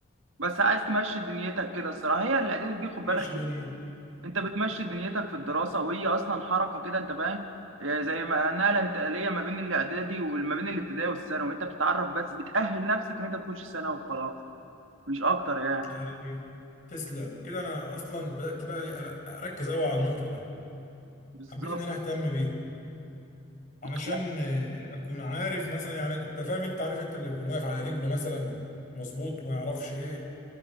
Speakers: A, on the right; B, on the left.
A: بس عايز تمشي دنيتك كده الصراحه هي الاعدادي دي خد
B: ماشي
A: بالك
B: دنيتي
A: انت بتمشي دنيتك في الدراسه وهي اصلا حركه كده انت فاهم آه، زي ما نقله انتقاليه ما بين الاعدادي وما بين الابتدائي والثانوي انت بتتعرف بس بتاهل نفسك ان انت تخش ثانوي وخلاص مش اكتر يعني
B: يعني تسلم كده انا اصلا بدات بقى أر- اركز قوي على النقطه دي
A: بالظبط
B: حبيت ان انا اهتم بيها علشان
A: لا
B: آه، اكون عارف مثلا يعني انت فاهم انت عارف انت اللي يكون واقف على رجله مثلا مظبوط وما يعرفش ايه